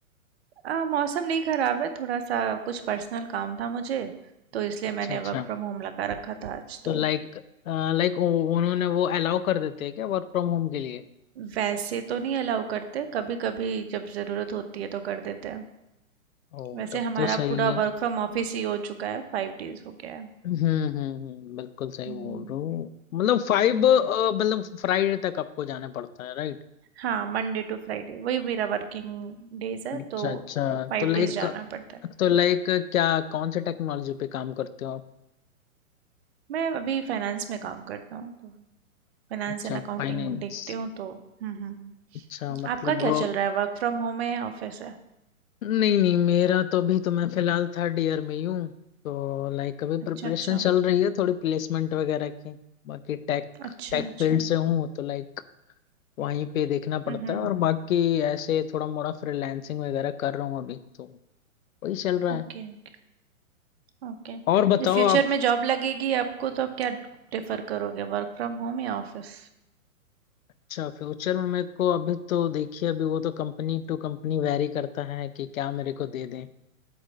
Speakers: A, on the right; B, on the left.
A: आ, मौसम नहीं खराब है थोड़ा सा कुछ पर्सनल काम था मुझे तो इसलिए
B: अच्छा
A: मैंने
B: अच्छा
A: वर्क फ्रॉम होम लगा रखा था आज
B: तो
A: तो
B: लाइक लाइक उन्होंने वो अलाउ कर देते हैं क्या वर्क फ्रॉम होम के लिए
A: वैसे तो नहीं अलाउ करते कभी कभी जब ज़रूरत होती है तो कर देते हैं
B: ओ
A: वैसे
B: तब
A: हमारा
B: तो सही
A: पूरा
B: है
A: वर्क फ्रॉम ऑफिस ही हो चुका है फाइव डेज हो गया है
B: हम्म हम्म हम्म बिल्कुल सही
A: हम्म
B: बोल रहा हूँ मतलब फाइव
A: हम्म।
B: मतलब फ्राइडे तक आपको जाना पड़ता है राइट
A: हाँ मंडे टू फ्राइडे वही मेरा वर्किंग डेज है
B: अच्छा
A: तो
B: अच्छा
A: फाइव
B: तो लाइक
A: डेज जाना पड़ता है
B: तो लाइक क्या कौन से टेक्नोलॉजी पे काम करते हो आप
A: मैं अभी फाइनेंस में काम करता हूँ तो फाइनेंस
B: अच्छा
A: एंड अकाउंटिंग
B: फाइनेंस
A: देखती हूँ तो हम्म हम्म
B: अच्छा मतलब
A: आपका
B: वो
A: क्या चल रहा है वर्क फ्रॉम होम है ऑफिस है
B: नहीं नहीं मेरा तो अभी तो मैं फिलहाल थर्ड ईयर में ही हूँ तो लाइक अभी
A: अच्छा
B: प्रिपरेशन
A: अच्छा
B: चल रही है थोड़ी प्लेसमेंट वगैरह की बाकी टेक
A: अच्छा
B: टेक
A: अच्छा
B: फील्ड
A: हम्म
B: से हूँ तो लाइक वहीं पे देखना पड़ता
A: हम्म
B: है और बाकी ऐसे थोड़ा मोड़ा फ्रीलांसिंग वगैरह कर रहा हूँ अभी तो वही चल रहा
A: Okay
B: है
A: okay ओके
B: और बताओ
A: जब फ्यूचर
B: आप
A: में जॉब लगेगी आपको तो आप क्या प्रेफर करोगे वर्क फ्रॉम होम या ऑफिस
B: अच्छा फ्यूचर में मेरे को अभी तो देखिए अभी वो तो कंपनी टू कंपनी वेरी करता है कि क्या मेरे को दे दें